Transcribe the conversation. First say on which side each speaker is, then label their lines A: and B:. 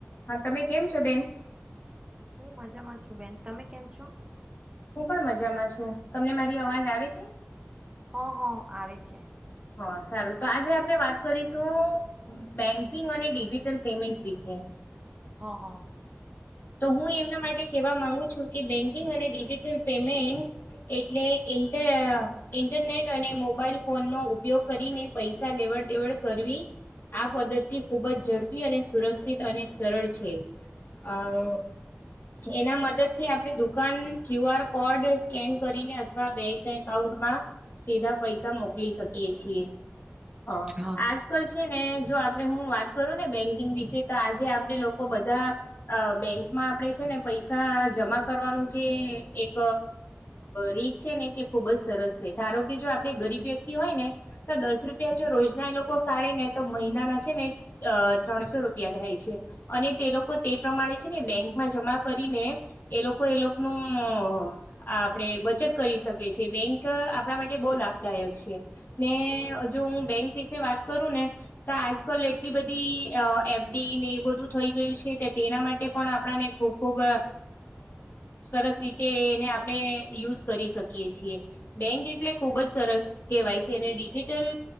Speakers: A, on the left; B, on the right.
A: હા તમે કેમ છો બેન.
B: હું મજામાં છું બેન તમે કેમ છો.
A: હું પણ મજામાં છું તમને મારી અવાજ આવે છે.
B: હા હા આવે છે.
A: હા સારું તો આજે આપણે વાત કરીશું બેંકિંગ અને ડિજિટલ પેમેન્ટ વિશે.
B: હા હા.
A: તો હું એમના માટે કવા માંગુ છું કે બેંકિંગ અને ડીજી. ટલ પેમેન્ટ એટલે ઇન્ટ અ ઇન્ટરનેટ અને મોબાઈલ ફોનનો ઉ ઉપયોગ કરીને પૈસા લેવડ દેવડ કરવી આ પદ્ધતિ ખૂબ જ ઝડપી અને સુરક્ષિત અને સરળ છે. આ એના મદદ થી આપણે દુકાન ક્યુઆર કોડ સ્કેન કરીને અથવા બેંક એકાઉન્ટમાં સીધા પૈસા મોકલી શકીએ છીએ હ
B: હા
A: આજ કલ છે ને જો આપણે હું વાત કરું ને બેંકિંગ વિશે તો આજે આપે લોકો બધા બેંક આપે છે ને પૈસા જમા કરવાનું જે એક રીત છે ને તે ખુબ જ સરસ છે ધારો કે જો આપડે ગરીબ વ્યક્તિ હોય ને તો દસ રૂપિયા જો રોજના એ લોકો કાઢે ને તો મહિનાના છે ને અ ત્રણસો રૂપિયા થાય અને તે લોકો તે પ્રમાણે છે ને બેંકમાં જમા કરીને એ લોકો એ લોકનું ઓ આપણેે બચત કરી શકીએ છીએ બેંક આપણા માટે બહુ લાભદાયક છે. ને જો હું બેંક વિશે વાત કરું ને તો આજ કલ એટલી બધી એ ને એ બધું થઈ ગયું છે તેના માટે પણ આપણાને ખૂબ ખૂબ અ સરસ સરસ રીતે એને આપણે યુઝ કરી શકીએ છીએ બેંક એટલે ખુબ જ સરસ કહેવાય છે અને ડિજિટલ